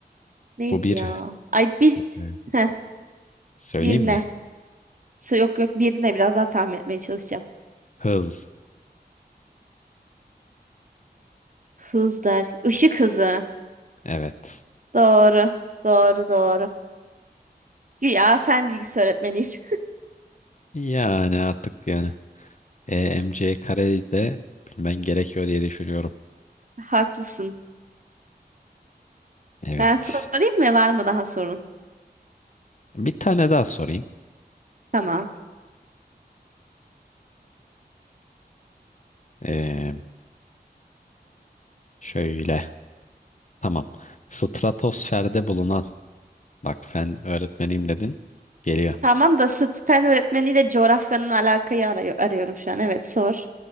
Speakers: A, on the right; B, on the left.
A: Neydi
B: bu bir
A: ya? Ay bir
B: Evet.
A: Heh,
B: söyleyeyim
A: bir
B: mi?
A: ne? Su- Yok yok birine biraz daha tahmin etmeye çalışacağım.
B: Hız.
A: Hız der. Işık hızı.
B: Evet.
A: Doğru. Doğru doğru. Güya fen bilgisi öğretmeniyiz.
B: Yani artık yani EMC kareyi de bilmen gerekiyor diye düşünüyorum.
A: <laughs> Haklısın.
B: Evet.
A: Ben sorayım mı? Var mı daha sorun?
B: Bir tane daha sorayım.
A: Tamam.
B: Ee, şöyle. Tamam. Stratosferde bulunan. Bak fen öğretmeniyim dedin. Geliyor.
A: Tamam da sıt fen öğretmeniyle coğrafyanın alakayı arıyor, arıyorum şu an. Evet sor.